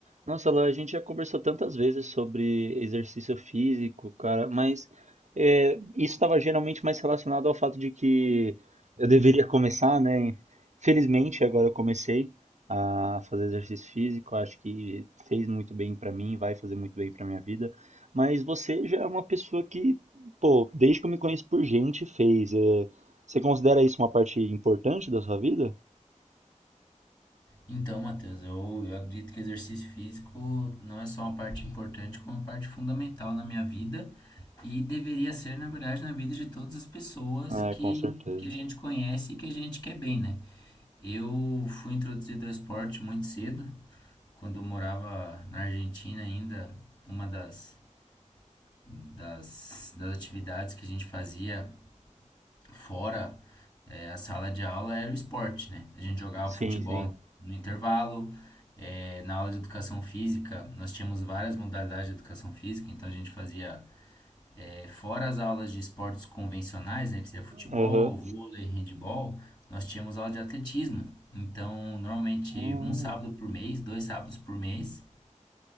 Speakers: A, on the right; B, on the left.
A: Nossa, Lá, a gente já conversou tantas vezes sobre exercício físico, cara, mas é, isso estava geralmente mais relacionado ao fato de que eu deveria começar, né? Felizmente, agora eu comecei a fazer exercício físico, acho que fez muito bem pra mim, vai fazer muito bem pra minha vida. Mas você já é uma pessoa que, pô, desde que eu me conheço por gente, fez. É, você considera isso uma parte importante da sua vida?
B: Então, Matheus, eu, eu acredito que exercício físico não é só uma parte importante, como uma parte fundamental na minha vida e deveria ser, na verdade, na vida de todas as pessoas
A: É,
B: que,
A: com certeza.
B: que a gente conhece e que a gente quer bem, né? Eu fui introduzido ao esporte muito cedo, quando eu morava na Argentina ainda, uma das, das, das atividades que a gente fazia fora é, a sala de aula era o esporte, né? A gente jogava
A: Sim,
B: futebol
A: sim.
B: no intervalo. é, na aula de educação física, nós tínhamos várias modalidades de educação física, então a gente fazia, é, fora as aulas de esportes convencionais, né, que seria futebol,
A: Aham.
B: vôlei, handebol, nós tínhamos aula de atletismo. Então, normalmente,
A: Ah.
B: um sábado por mês, dois sábados por mês,